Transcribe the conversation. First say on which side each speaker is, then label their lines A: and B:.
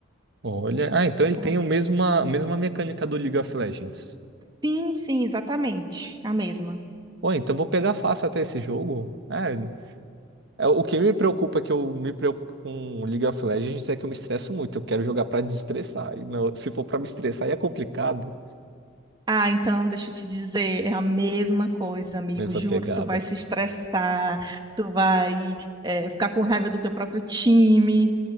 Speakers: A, on the right; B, on the right.
A: Olha, ah, então ele
B: Ah,
A: tem o mesma, a mesma mecânica do League of Legends.
B: sim, sim, exatamente. A mesma.
A: Pô, então vou pegar fácil até esse jogo. É, é, o que me preocupa, que eu me preocupo com o League of Legends, é que eu me estresso muito. Eu quero jogar pra desestressar. E não- se for pra me estressar, aí é complicado.
B: Ah, então, deixa eu te dizer, é a mesma coisa, amigo.
A: Mesma
B: Juro,
A: pegada.
B: tu vai se estressar, tu vai, eh, ficar com raiva do teu próprio time.